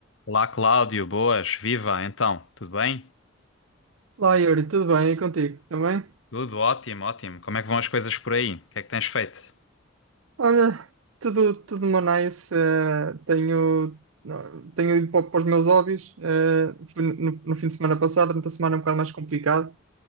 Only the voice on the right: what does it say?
Olá Yuri, tudo bem? E contigo também?
Olha, tudo, tudo uma nice. eh, tenho, não, tenho ido para, para os meus hobbies. eh, fui no, no fim de semana passado, durante a semana é um bocado mais complicado,